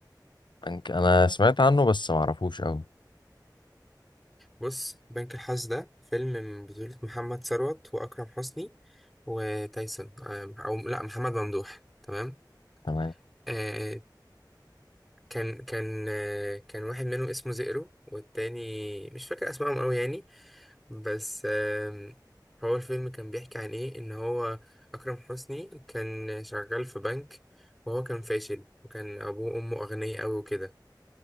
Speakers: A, on the left (about 90°); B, in the centre.
A: أنك- انا سمعت عنه بس ما اعرفوش قوي
B: بص بنك الحظ ده فيلم من بطولة محمد ثروت وأكرم حسني وتايسون آه، أو لأ محمد ممدوح تمام
A: تمام.
B: آه، كان كان آه، كان واحد منهم اسمه زئرو والتاني مش فاكر أسمائهم أوي يعني بس آم، هو الفيلم كان بيحكي عن إيه إن هو أكرم حسني كان شغال في بنك وهو كان فاشل وكان أبوه وأمه أغنياء أوي وكده